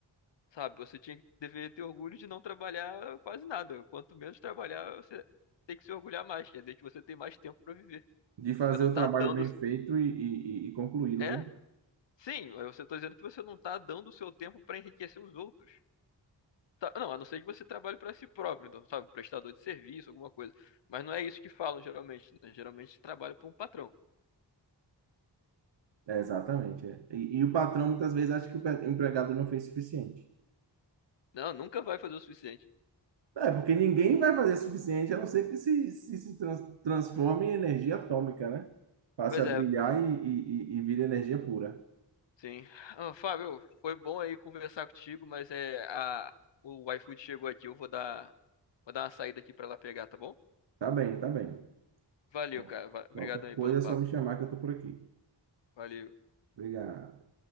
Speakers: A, on the left; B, on the right.
A: Sabe, você tinha, que- deveria ter orgulho de não trabalhar quase nada. Quanto menos trabalhar, você tem que se orgulhar mais. Quer dizer que você tem mais tempo pra viver.
B: De fazer
A: Você não
B: o
A: tá
B: trabalho
A: dando.
B: bem feito e, e- e- e concluí-lo,
A: É,
B: né?
A: sim, eu só tô dizendo que você não tá dando o seu tempo pra enriquecer os outros. Tá- Não, a não ser que você trabalhe pra si próprio, então, sabe, um prestador de serviço, alguma coisa. Mas não é isso que falam geralmente, né? Geralmente trabalha para um patrão.
B: É, exatamente. é. E, e o patrão muitas vezes acha que o pe- empregado não fez o suficiente.
A: Não, nunca vai fazer o suficiente.
B: É, porque ninguém vai fazer o suficiente, a não ser que se, se, se trans- transforme em energia atômica, né? Passe
A: Pois
B: a
A: é,
B: brilhar e, e, e e vire energia pura.
A: sim. Ah, Fábio, foi bom aí conversar contigo, mas é a o iFood chegou aqui, eu vou dar, vou dar uma saída aqui pra lá pegar, tá bom?
B: Tá bem, tá bem.
A: Valeu,
B: Bom,
A: cara. Va- Obrigadão
B: qualquer
A: aí
B: coisa
A: pelo papo.
B: é só me chamar que eu tô por aqui.
A: Valeu.
B: Obrigado.